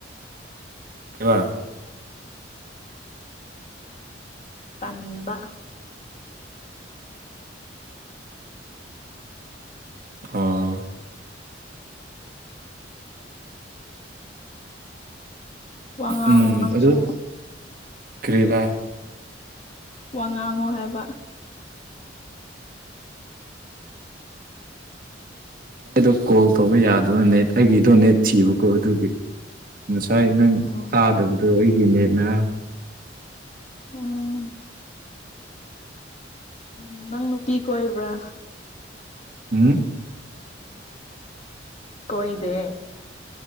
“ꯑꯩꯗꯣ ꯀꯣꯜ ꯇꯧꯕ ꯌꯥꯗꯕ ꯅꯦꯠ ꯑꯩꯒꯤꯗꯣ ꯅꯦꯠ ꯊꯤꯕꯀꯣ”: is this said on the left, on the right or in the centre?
Right